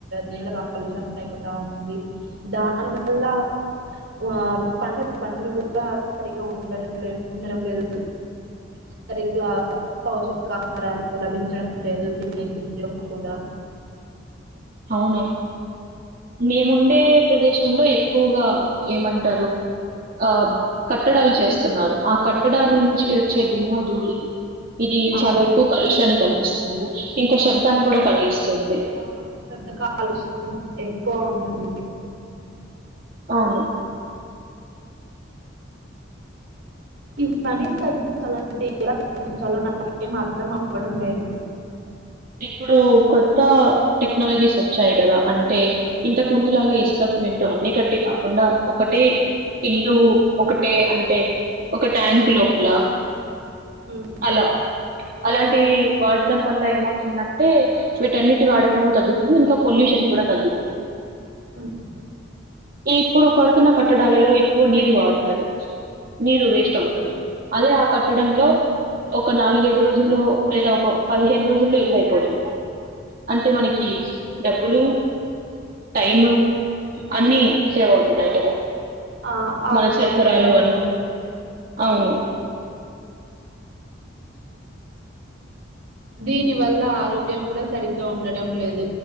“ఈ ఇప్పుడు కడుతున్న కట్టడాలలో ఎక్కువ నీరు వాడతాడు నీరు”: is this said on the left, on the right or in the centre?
Right